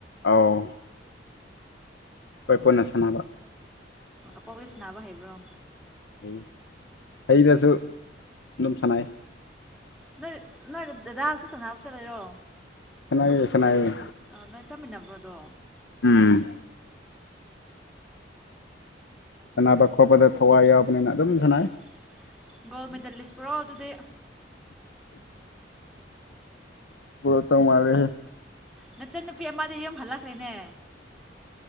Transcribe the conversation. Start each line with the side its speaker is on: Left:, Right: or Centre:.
Left: ꯑꯥꯎ ꯄꯣꯏꯅ ꯁꯥꯟꯅꯕ
Centre: ꯑꯄꯣꯛꯄꯁ ꯅꯥꯕ ꯍꯩꯕ꯭ꯔꯣ
Left: ꯍꯩ ꯍꯩꯗꯁꯨ ꯑꯗꯨꯝ ꯁꯥꯟꯅꯩ
Centre: ꯅꯣꯏ ꯅꯣꯏ ꯗꯗꯥꯁꯨ ꯁꯥꯟꯅꯕ ꯆꯠꯂꯔꯣ
Left: ꯁꯅꯏꯌꯦ ꯁꯅꯏꯌꯦ
Centre: ꯑ ꯅꯣꯏ ꯆꯠꯃꯤꯟꯅꯕ꯭ꯔꯣꯗꯣ
Left: ꯎꯝ ꯁꯥꯟꯅꯕ ꯈꯣꯠꯄꯗ ꯊꯋꯥꯏ ꯌꯥꯎ ꯅ ꯑꯗꯨꯝ ꯁꯅ
Centre: ꯑꯩꯁ ꯒꯣꯜ ꯃꯦꯗꯜꯂꯤꯁꯄꯨꯔꯣ ꯑꯗꯨꯗꯤ
Left: ꯄꯨꯔꯣꯇ ꯃꯥꯔꯦ
Centre: ꯅꯆꯟꯅꯨꯄꯤ ꯑꯃꯗ ꯌ ꯍꯜꯂꯛꯈ꯭ꯔꯦꯅꯦ